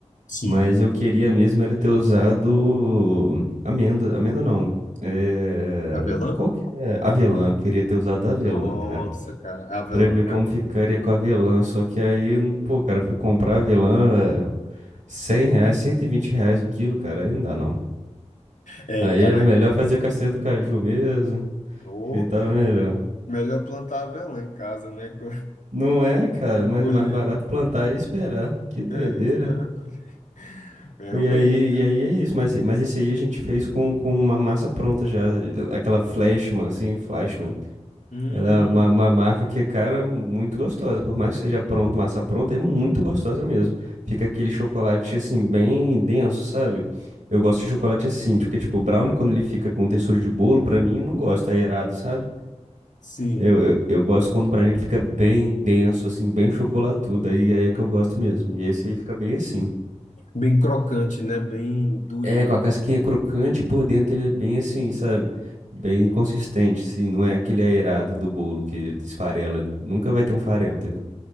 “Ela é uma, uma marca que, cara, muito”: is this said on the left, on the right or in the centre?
Right